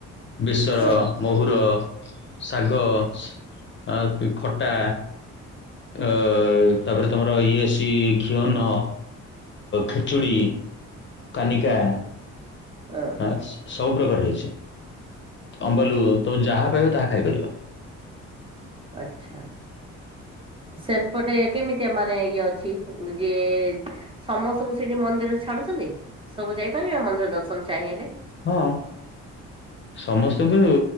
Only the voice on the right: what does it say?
ହଁ
<unintelligible>
ହ
ଆଛା ସେପଟେ କେମିତି ମାନେ ଇଏ ଅଛି? ଯିଏ ସମସ୍ତଙ୍କୁ ସେଇଠି ମନ୍ଦିର ଛାଡୁଛନ୍ତି? ସବୁ ଯାଇପାରିବେ ମନ୍ଦିର ଦର୍ଶନ ଚାହିଁଲେ?